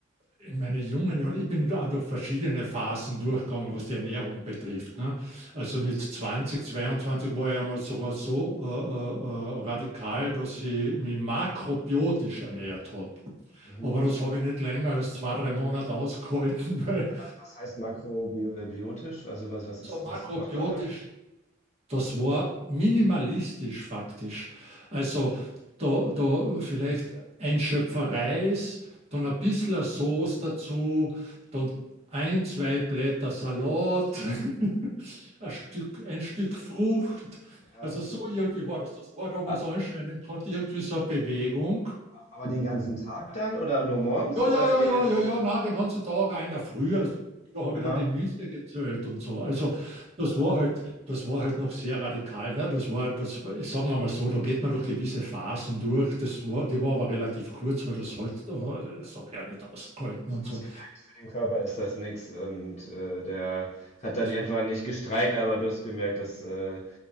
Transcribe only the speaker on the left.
Mhm.
Was, was heißt makrobiotisch? Also was, was
ist,
was macht man da?
Ja.
A-
Aber den ganzen Tag dann oder nur morgens
oder
den
ganzen?
Ja.
Also
du
hast gemerkt, für den Körper ist das nix und äh, der hat dann
irgendwann
nicht gestreikt, aber du hast gemerkt, das äh,